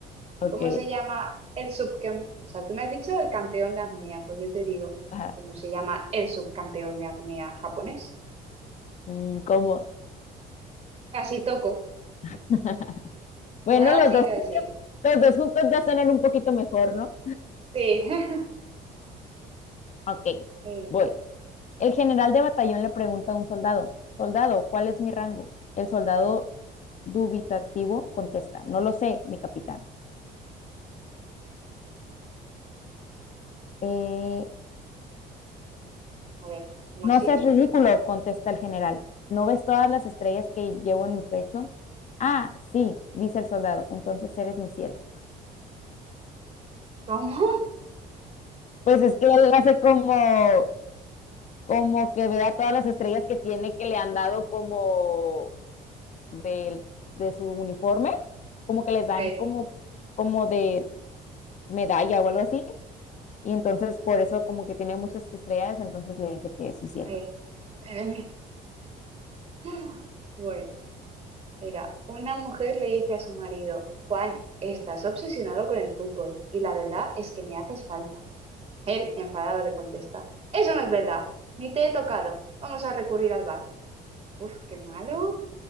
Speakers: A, on the left; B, on the right.
A: Ok.
B: ¿Cómo se llama el subcampeón? O sea, tú me has dicho el campeón de apnea, pues yo te digo,
A: Ajá.
B: ¿cómo se llama el subcampeón de apnea japonés?
A: Mm, ¿Cómo?
B: Casi toco.
A: <laughs> Bueno,
B: Casi,
A: los dos,
B: casi.
A: los dos juntos ya suenan un poquito mejor, ¿no?
B: Sí. <laughs>
A: Ok,
B: Muy bien.
A: voy. El general de batallón le pregunta a un soldado, soldado, ¿cuál es mi rango? El soldado dubitativo contesta, no lo sé, mi capitán. "Eh,
B: A ver, ¿cómo
A: no
B: sigue?
A: seas ridículo, contesta el general. ¿No ves todas las estrellas que llevo en mi pecho? Ah, sí, dice el soldado, entonces eres mi cielo.
B: ¿Cómo?
A: Pues es que él hace como, como que vea todas las estrellas que tiene que le han dado como de, de su uniforme, como que les dan
B: Sí.
A: como, como de medalla o algo así. Y entonces por eso como que tiene muchas estrellas, entonces le dice que es su cielo.
B: Sí, era el mismo. <laughs> Bueno, era una mujer le dice a su marido, Juan, estás obsesionado con el fútbol y la verdad es que me haces falta. Él, enfadado, le contesta, eso no es verdad, ni te he tocado, vamos a recurrir al bar. Uf, qué malo,